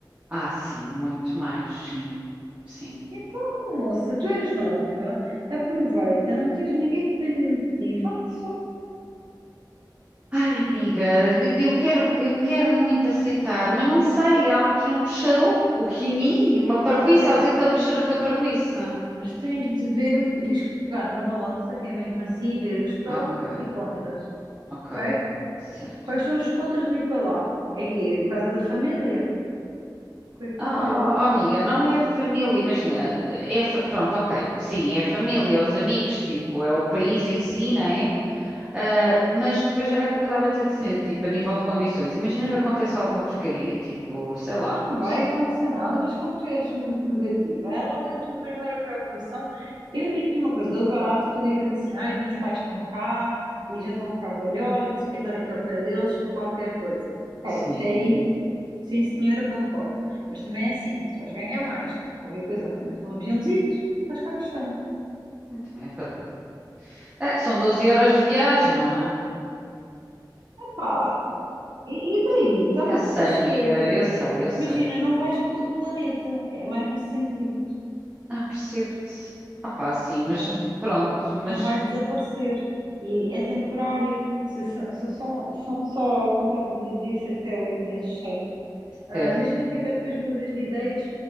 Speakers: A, on the right; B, on the right.
A: Ah, sim, muito mais, sim, sim.
B: Então, moça, tu és nova, aproveita, não tens ninguém dependente de ti, vai só.
A: Ai, amiga, de- eu quero, eu quero muito aceitar, mas não sei, há aqui um bicharoco em mim, uma parvoíce,
B: Ok,
A: sabes aquele bicharoco da parvoíce?
B: mas tens de ver o que, tens que pegar numa balança, que é mesmo assim, e ver os prós
A: Ok,
B: e contras,
A: ok,
B: ok?
A: certo.
B: Quais são os contras de ir para lá? É que é por causa da família. Que é
A: Ah,
B: que
A: ah, ah, amiga, não é a família, imagina, é, a fa- pronto, ok, sim, é a família, é os amigos, tipo, é o país em si, não é? Ah, mas depois era aquilo que eu estava a te dizer, tipo, a nível de condições. Imagina que acontece alguma porcaria, tipo, sei lá,
B: não vai
A: s-
B: acontecer nada, vês como tu és muito negativa. É logo a tua primeira preocupação. Eu digo-te uma coisa, dou de barato que tu digas assim, ah, os meus pais estão cá e já estão a ficar velhotes e quero estar aqui ao pé deles para qualquer coisa.
A: sim,
B: Ok, até aí, sim senhora, concordo. Mas também é assim, se vais ganhar mais, qualquer coisa, apanhas um aviãozito, estás cá no instante.
A: também é verdade. É, são doze horas de viagem, não é?
B: Epá, e, e daí? Está
A: Eu
B: bem,
A: sei,
B: mas...
A: amiga,
B: eh,
A: eu sei, eu sei.
B: Imagina, não vais para outro planeta, é mais nesse sentido,
A: Ah, percebo-te. Opá, sim, mas
B: não,
A: pronto, mas
B: não vais desaparecer e é temporário. Se, so- se são, são só, como estavas a dizer, podia ser até oito meses, certo? Ah,
A: certo.
B: imagina que até depois mudas de ideias,